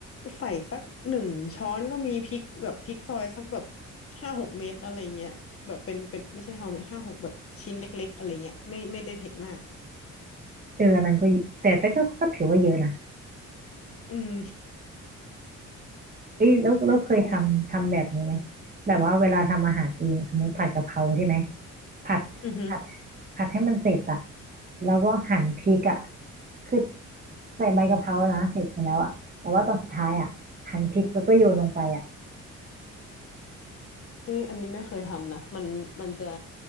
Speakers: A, on the left; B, on the right.
A: ใส่สักหนึ่งช้อนก็มีพริกแบบพริกซอยสักแบบห้าหกเม็ดอะไรเงี้ยแบบเป็นเป็นไม่ใช่ห้าเม็ดห้าหกแบบชิ้นเล็กๆอะไรเงี้ยไม่ไม่ได้เผ็ดมาก
B: เอออันนั้นก็เยแต่แต่ก็ก็ถือว่าเยอะนะ
A: อืม
B: เอ้ยแล้วเราเคยทำทำแบบนี้ไหม
A: ใช่
B: แบบว่าเวลาทำอาหารเองสมมติผัดกะเพราใช่ไหมผัดผัด
A: อือฮึ
B: ผัดให้มันเสร็จอะแล้วก็หั่นพริกอะคือใส่ใบกะเพรานะเสร็จไปแล้วอะแต่ว่าตอนสุดท้ายอะหั่นพริกแล้วก็โยนลงไปอะ
A: เอ๊อันนี้ไม่เคยทำนะมันมันจะ